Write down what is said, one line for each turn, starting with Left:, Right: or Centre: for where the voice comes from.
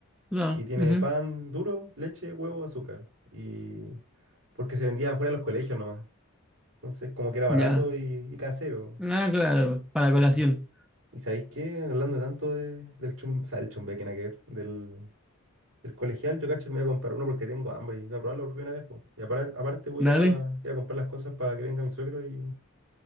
Centre: no,
Right: Y tiene
Centre: ujú,
Right: pan duro, leche, huevo, azúcar. Y porque se vendía afuera de los colegios nomás. Entonces como que era barato
Centre: ya.
Right: y, y casero.
Centre: Ah, claro, para
Right: Y
Centre: colación.
Right: eso. ¿Y sabéis qué? Hablando tanto de, del chum, o sea, del chumbeque, nada que ver, del, del colegial, yo cacho que me voy a comprar uno porque tengo hambre y voy a probarlo por primera vez, po. Y apara- aparte voy
Centre: Dale.
Right: a ir a comprar las cosas para que venga mi suegro y